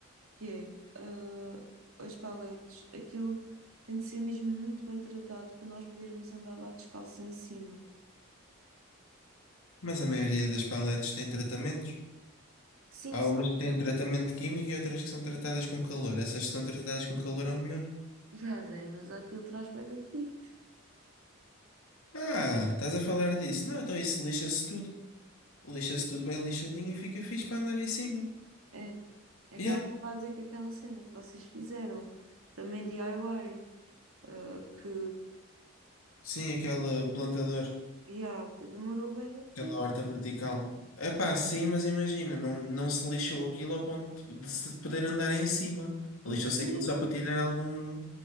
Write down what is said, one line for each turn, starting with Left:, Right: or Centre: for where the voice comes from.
Right: que é, ah, as paletes, aquilo tem de ser mesmo muito bem tratado para nós podermos andar lá descalços em cima.
Left: Mas a maioria das paletes tem tratamentos.
Right: Sim,
Left: Há
Right: sim.
Left: umas que têm tratamento químico e outras que são tratadas com calor. Essas que são tratadas com calor é o melhor.
Right: E há, Zé, mas aquilo traz bué de picos.
Left: Ah, estás a falar disso? Não, então isso lixa-se tudo. Lixa-se tudo bem lixadinho e fica fixe para andar em cima.
Right: É, é
Left: Yeah,
Right: que ela estava a dizer que aquela cena que vocês fizeram, também DIY, ah, que,
Left: sim, aquele plantador.
Right: yeah, que demorou bem de tempo,
Left: Aquela horta vertical. É pá, sim, mas imagina, não, não se lixou aquilo ao ponto de se poder andar em cima.
Right: por
Left: Lixou-se
Right: isso mesmo,
Left: aquilo só para tirar algum,